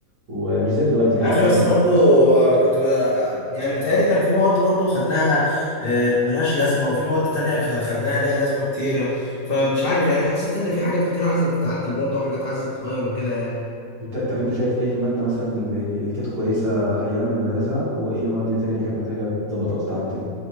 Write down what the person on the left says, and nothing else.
يا اخي بس
برضو آه، كنت ب... يعني بتهيألي كان في مواد برضو خدناها آه، ملهاش لازمة وفي مواد تانية خ- خدناها ليها لازمة كتير فمش عارف يعني حسيت ان في حاجات كتير عايزة تتعدل برضو وحاجات عايزة تتغير وكده يعني